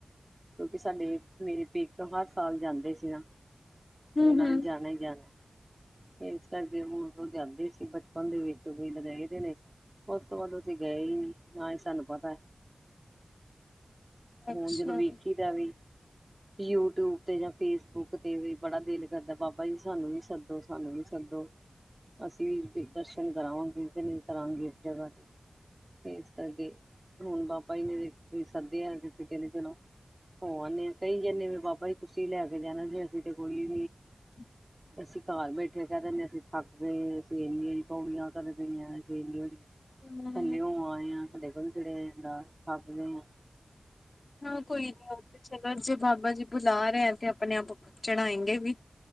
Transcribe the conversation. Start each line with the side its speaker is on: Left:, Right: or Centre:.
Right: ਕਿਉਂਕਿ, ਸਾਡੇ ਮੇਰੇ ਪੇਕੇ ਤੋਂ, ਹਰ ਸਾਲ ਜਾਂਦੇ ਸੀ ਨਾ।
Left: ਹੂੰ-ਹੂੰ,
Right: ਉਹਨਾ ਨੇ ਜਾਨਾ ਈ ਜਾਨੈ, ਇਸ ਕਰਕੇ ਉਹ ਜਾਂਦੇ ਸੀ। ਬਚਪਨ ਦੇ ਵਿੱਚ ਵੀ <unintelligible> ਉਸ ਤੋਂ ਬਾਅਦ ਅਸੀੇ ਗਏ ਈ ਨੀਂ, ਨਾਲੇ ਸਾਨੂੰ ਪਤਾ
Left: ਅੱਛਾ।
Right: ਹੁਣ ਜਦੋਂ ਵੇਖੀ ਦਾਵੇ ਯੂਟਿਊਬ ਤੇ ਜਾਂ ਫੇਸਬੁੱਕ ਤੇ ਵੀ ਬੜਾ ਦਿਲ ਕਰਦਾ, ਬਾਬਾ ਜੀ ਸਾਨੂੰ ਵੀ ਸੱਦੋ, ਸਾਨੂੰ ਵੀ ਸੱਦੋ। ਅਸੀਂ ਵੀ ਦਰਸ਼ਨ ਕਰਾਂਗੇ, ਜੇ ਨਹੀਂ ਕਰਾਂਗੇ, ਇਸ ਜਗ੍ਹਾ ਤੇ। ਇਸ ਕਰਕੇ, ਹੁਣ ਬਾਬਾ ਜੀ ਨੇ ਕੋਈ ਸੱਦੇ ਆ, ਕਿਸੇ ਕਹਿੰਦੇ ਚਲੋ। ਹੋ ਆਨੇ ਆ, ਕਈ ਜੇ ਬਾਬਾ ਜੀ ਤੁਸੀਂ ਲੈ ਕੇ ਜਾਣਾ ਜੀ ਅਸੀ ਤੇ ਕੋਈ
Left: <inaudible>
Right: ਅਸੀਂ ਘਰ ਬੈਠੇ ਕਹਿ ਦਿੰਦੇ ਅਸੀਂ ਥੱਕ ਕੇ ਸੇਨੀ ਪਾਣੀਆਂ ਉਹਹਈਆਂ <unintelligible>
Left: ਹੂੰ,
Right: ਥੱਲਿਓ ਆਏ ਆਂ, ਸਾਡੇ ਕੋਲ ਚੜਿਆ ਜਾਂਦਾ, ਥੱਕਗੇ ਆਂ।
Left: ਹਾਂ ਕੋਈ ਨੀ ਉ ਤੇ ਚਲੋ ਜੇ ਬਾਬਾ ਜੀ ਬੁਲਾ ਰਏ, ਤੇ ਆਪਣੇ ਆਪ ਚੜ੍ਹਾਏਂਗੇ ਵੀ।